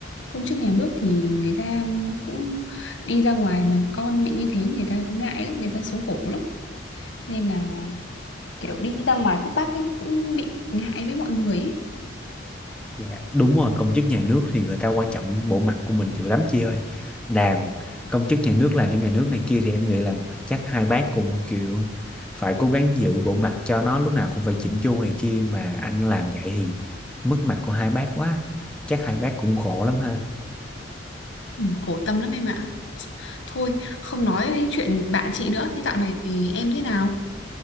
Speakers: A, on the left; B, in the centre.
A: công chức nhà nước thì người ta cũng đi ra ngoài mà con bị như thế người ta ngại lắm người ta xấu hổ lắm nên là kiểu đi ra ngoài các bác ấy cũng bị ngại với mọi người ấy.
B: Dạ, đúng rồi, công chức nhà nước thì người ta quan trọng bộ mặt của mình dữ lắm chị ơi. Làm công chức nhà nước làm trong nhà nước này kia thì em nghĩ là chắc hai bác cũng chịu phải cố gắng giữ bộ mặt cho nó lúc nào cũng phải chỉnh chu này kia mà anh làm vậy thì mất mặt của hai bác quá. Chắc hai bác cũng khổ lắm ha.
A: Ừ, khổ tâm lắm em ạ. Thôi, không nói đến chuyện bạn chị nữa. Nhưng dạo này thì em thế nào?